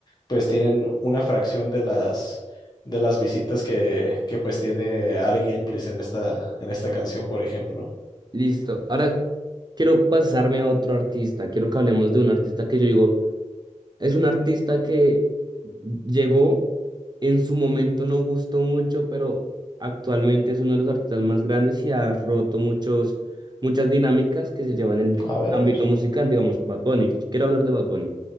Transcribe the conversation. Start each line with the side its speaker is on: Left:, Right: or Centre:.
Left: pues tienen una fracción de las de las visitas que, que pues tiene Ari Gameplays en esta en esta canción, por ejemplo.
Right: Listo. Ahora quiero pasarme a otro artista. Quiero que hablemos de un artista que yo digo, Es un artista que llegó, en su momento no gustó mucho, pero actualmente es uno de los artistas más grandes y ha roto muchos, muchas dinámicas que se llevan en el
Left: A ver,
Right: ámbito
Left: a ver.
Right: musical, digamos, Bad Bunny. Quiero hablar de Bad Bunny.